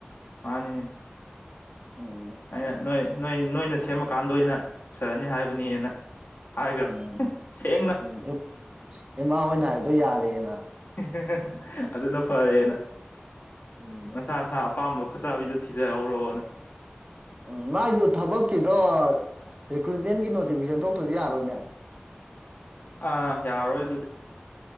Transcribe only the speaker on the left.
ꯃꯥꯅꯤꯅꯦ꯫
ꯑꯩꯅ ꯅꯣꯏ ꯅꯣꯏ ꯅꯣꯏꯅ ꯁꯦꯝꯃꯀꯥꯟꯗ ꯑꯣꯏꯅ ꯄꯨꯁꯜꯂꯅꯤ ꯍꯥꯏꯕꯅꯤꯅ꯫ ꯍꯥꯢꯒ꯭ꯔꯝ
ꯍꯨꯝ ꯁꯦꯡꯅ꯫
<unintelligible> ꯑꯗꯨꯅ ꯐꯔꯦꯅ
ꯅꯁꯥ ꯁꯥꯥꯞ ꯄꯥꯝꯕ ꯈꯨꯠꯆꯥꯥꯕꯤꯗꯣ ꯊꯤꯖꯍꯧꯔꯣꯅ꯫
ꯑꯥ ꯌꯥꯔꯣꯏ ꯑꯗꯨꯗꯤ꯫